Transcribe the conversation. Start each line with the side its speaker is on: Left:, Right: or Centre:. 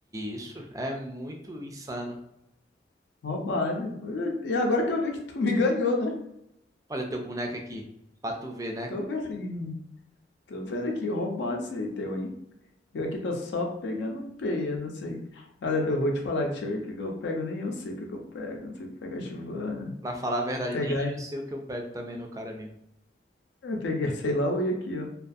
Right: Isso é muito insano.
Left: Roubado. Pô, E agora que eu vi que tu <laughs> me ganhou, né?
Right: Olha teu boneco aqui, para tu ver, né?
Left: Tô vendo aqui. Tô vendo aqui, roubado esse aí teu, hein? Eu aqui tô só pegando peia, não sei. Olha, eu vou te falar, deixa eu ver o que que eu pego. Nem eu sei o que que eu pego. Não sei pegar chivana.
Right: Para falar a verdade,
Left: Pegar.
Right: nem eu
Left: <laughs>
Right: sei o que eu pego também, meu caro amigo.
Left: Eu peguei sei lá o aqui, ó.